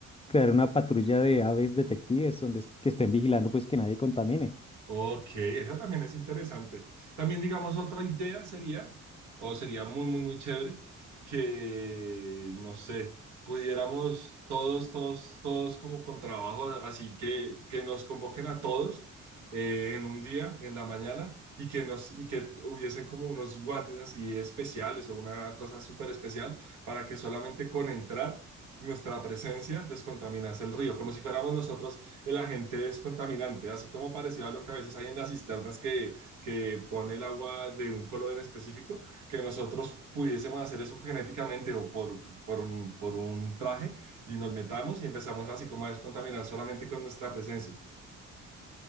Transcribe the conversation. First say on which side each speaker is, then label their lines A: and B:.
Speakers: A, on the left (about 20°); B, on the right (about 70°).
A: crear una patrulla de aves detectives donde es- que estén vigilando pues que nadie contamine.
B: Ok, esa también es interesante. También, digamos, otra idea sería, o sería muy, muy, muy chévere, que, no sé, pudiéramos todos, todos, todos como con trabajo, así que, que nos convoquen a todos eh, en un día, en la mañana, y que nos, y que hubiesen como unos guantes así especiales o una cosa súper especial para que solamente con entrar nuestra presencia descontaminase el río, como si fuéramos nosotros el agente es contaminante, así como parecido a lo que a veces hay en las cisternas que, que pone el agua de un color en específico, que nosotros pudiésemos hacer eso genéticamente o por, por un, por un traje y nos metamos y empezamos así como a descontaminar solamente con nuestra presencia.